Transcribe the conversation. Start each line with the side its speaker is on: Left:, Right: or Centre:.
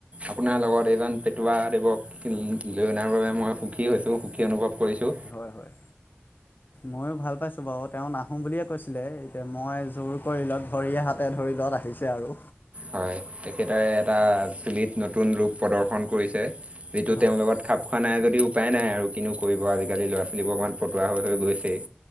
Right: আপোনাৰ লগত এইজন পেটৱা দেৱক লৈ অনাৰ বাবে মই সুখী হৈছোঁ, সুখী অনুভৱ কৰিছোঁ।
Left: হয় হয়। ময়ো ভাল পাইছোঁ বাৰু, তেওঁ নাহো বুলিয়ে কৈছিলে। এতিয়া মই জোৰ কৰিলত, ভৰি হাতে ধৰিলত আহিছে আৰু।
Right: হয়, তেখেতে এটা চুলিত নতুন ৰূপ প্ৰদৰ্শন কৰিছে। যিটো
Left: হয়
Right: তেওঁৰ লগত খাপ হোৱা নাই যদিও উপায় নাই আৰু কিনো কৰিব আজিকালি ল'ৰা ছোৱালীবোৰ অকমান ফটোৱা হৈ গৈছেই।